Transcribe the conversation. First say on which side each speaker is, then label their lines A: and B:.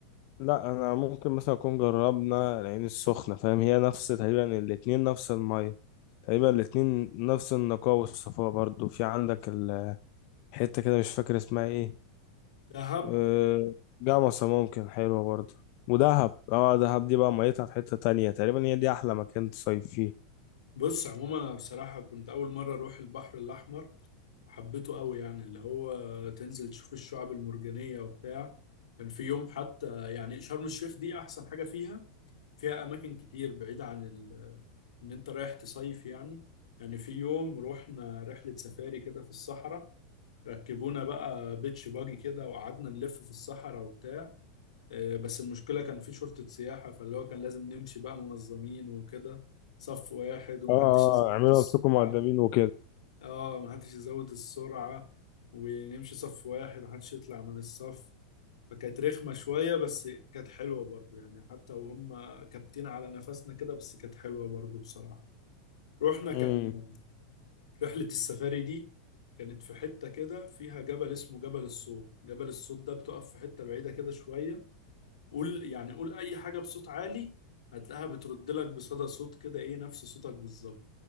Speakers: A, on the left; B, on the left.
A: لا انا ممكن مثلا اكون جربنا العين السخنه فاهم هي نفس تقريبا الاتنين نفس الميه تقريبا الاتنين نفس النقاء والصفاء برضو في عندك الحته كده مش فاكر اسمها ايه
B: دهب
A: آه، جمصة ممكن حلوه برضو ودهب اه دهب دي بقى ميتها في حته تانية تقريبا هي دي احلى مكان تصيف فيه
B: بص عموما انا بصراحه كنت اول مره اروح البحر الاحمر وحبيته قوي يعني اللي هو تنزل تشوف الشعاب المرجانيه وبتاع كان في يوم حتى يعني شرم الشيخ دي احسن حاجه فيها فيها اماكن كتير بعيده عن ال... ان انت رايح تصيف يعني يعني في يوم رحنا رحله سفاري كده في الصحراء ركبونا بقى بيتش باجي كده وقعدنا نلف في الصحراء وبتاع آه، بس المشكلة كان في شرطة سياحة فاللي هو كان لازم نمشي بقى منظمين وكده صف واحد ومحدش
A: اه اه
B: يزود
A: اعملوا
B: السرعة
A: نفسكم مؤدبين وكده
B: اه محدش يزود السرعة ونمشي صف واحد محدش يطلع من الصف فكانت رخمة شوية بس كانت حلوة برضو يعني حتى وهم كابتين على نفسنا كده بس كانت حلوة برضو بصراحة رحنا
A: مم.
B: كان رحلة السفاري دي كانت في حتة كده فيها جبل اسمه جبل الصوت جبل الصوت ده بتقف في حتة بعيدة كده شوية قول يعني قول اي حاجه بصوت عالي هتلاقيها بترد لك بصدى صوت كده ايه نفس صوتك بالظبط